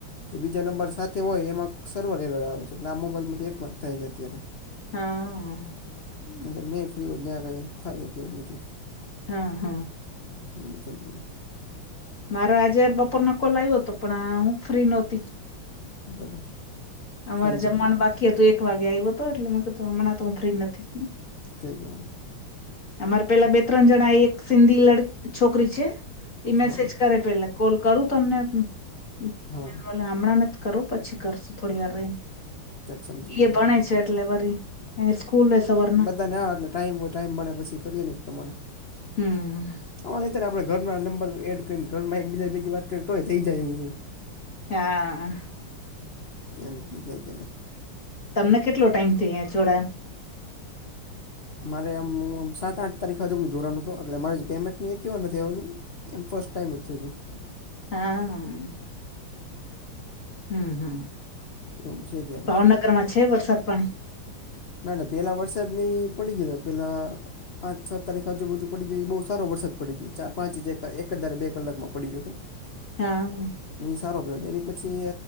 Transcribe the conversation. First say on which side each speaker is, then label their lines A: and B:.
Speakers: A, on the left; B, on the left.
A: તે બીજા નંબર સાથે હોય એમાં સર્વર એેરર આવે છે એટલે આ મોબાઈલમાંથી એક વાત થાય છે અત્યારે
B: હા....
A: ન્યાય ફ્રી હોય ન્યા કઈ થાય કે એવું નથી
B: હા હ
A: <unintelligible> ત્યા
B: મારે આજે બપોર નો કોલ આવ્યો હતો પણ હું ફ્રી નહોતી
A: <unintelligible>
B: અમારે જમવાનું
A: ગયો
B: બાકી હતું એક વાગે આવ્યો હતો એટલે મે કીધુ હમણાં તો હું ફ્રી નથી
A: <unintelligible>
B: અમારે પેલા બે ત્રણ જણા એ એક સિંધી <unintelligible> છોકરી છે ઈ મેસેજ
A: હા
B: કરે પેલા કોલ કરું તમને <unintelligible>
A: હા
B: ના હમણાં નત કરો પછી કરશું થોડી વાર રહીન
A: ઠીક સમજી ગયો
B: એ ભણે છે એટલે વરી એની સ્કૂલ હો સવરના
A: <unintelligible> ટાઈમ હો ટાઈમ મળે પછી કરીએ પ્રમાણે
B: હમ
A: <inaudible> ત્યારે આપે ઘરના નંબર એડ કરીને ઘરમાં એકબીજા ભગી વાત કરી તોય થઈ જાય એવું છે
B: એ હા...
A: એ રીતનું છે અત્યારે
B: તમને કેટલો ટાઈમ થયો આયા ચોડાયા
A: મારે આમ સાત આઠ તારીખે હજુું ધોરનો હતો એટલે મારે પેમેન્ટ <unintelligible> નથી આવેલું એમ ફસ્ટ ટાઈમ છે હજી
B: હામ હમ હમ
A: એવું છે ત્યારે
B: <inaudible> ભાવનગરમાં છે વરસાદ પાણી
A: ના ના પેલા વરસાદ ની પડી ગયા પેલા પાંચ છ તારીખ આજુબજુ પડી ગઈ એ બહુ સારો વરસાદ પડી ગયો ચાર પાંચચ એક હ ધારે બે કલાકમાં પડી ગયો હતો.
B: હા હ,
A: સારો પડ્યો એ પછી